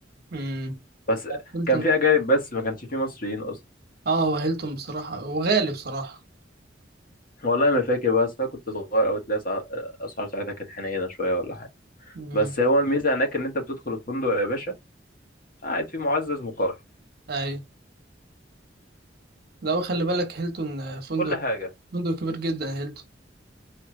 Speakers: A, on the right; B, on the left.
A: امم
B: بس
A: هيلتون
B: كان في أجانب بس ما كانش فيه مصريين أصلا
A: اه وهيلتون بصراحه وغالي بصراحه
B: والله ما فاكر بقى أصل أنا كنت صغير أوي تلاقي أسع- أسعار ساعتها كانت حنينة شوية ولا حاجة
A: امم
B: بس هو الميزة هناك إن أنت بتدخل الفندق يا باشا قاعد فيه معزز مقرر
A: ايوه لو خلي بالك هيلتون آه، فندق
B: كل حاجة
A: فندق كبير جدا هيلتون